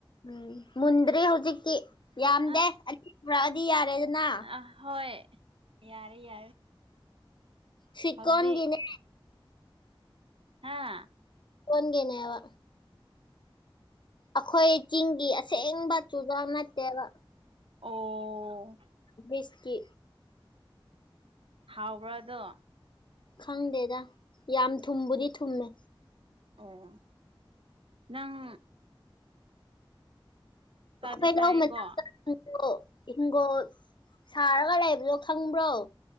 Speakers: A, on the left; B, on the right.
A: ꯎꯝ ꯃꯨꯟꯗ꯭ꯔꯤ ꯍꯧꯖꯤꯛꯇꯤ ꯌꯥꯝꯗꯦ
B: ꯑꯁ
A: ꯑꯅꯤ ꯄꯨꯔꯛꯑꯗꯤ ꯌꯥꯔꯦꯗꯅ
B: ꯑ ꯍꯣꯏ ꯌꯥꯔꯦ ꯌꯥꯔꯦ
A: ꯁꯀꯣꯟꯒꯤꯅꯦ
B: ꯍꯧꯖꯤꯛ ꯍꯥꯥ
A: ꯑꯣꯟꯒꯦꯅꯦꯕ ꯑꯩꯈꯣꯏ ꯆꯤꯡꯒꯤ ꯑꯁꯦꯡꯕ ꯆꯨꯖꯥꯥꯛ ꯅꯠꯇꯦꯕ
B: ꯑꯣ
A: ꯃꯤꯁꯀꯤ
B: ꯍꯥꯎꯕꯔ ꯑꯗꫭ
A: ꯈꯪꯗꯦꯗ ꯌꯥꯝ ꯊꯨꯝꯕꯨꯗꯤ ꯊꯨꯝꯃꯦ
B: ꯑꯣ ꯅꯪ ꯆꯥꯗꯤ
A: ꯑꯩꯈꫭꯏ
B: ꯆꯥꯏꯌꯦꯀꯣ
A: ꯍꯣ ꯍꯤꯡꯒꯣꯜ ꯁꯥꯔꯒ ꯂꯩꯕꯗꯣ ꯈꯪꯕ꯭ꯔꯣ